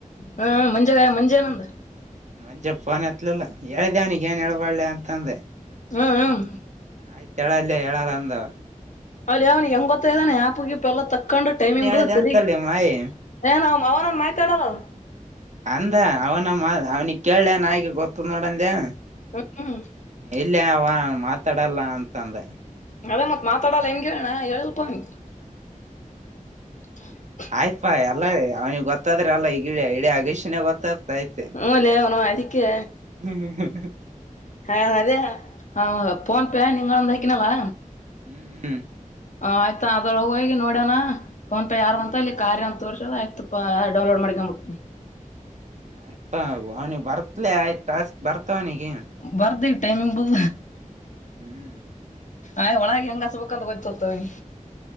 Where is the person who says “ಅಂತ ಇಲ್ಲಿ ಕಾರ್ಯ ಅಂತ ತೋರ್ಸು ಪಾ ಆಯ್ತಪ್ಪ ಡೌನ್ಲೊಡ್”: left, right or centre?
Left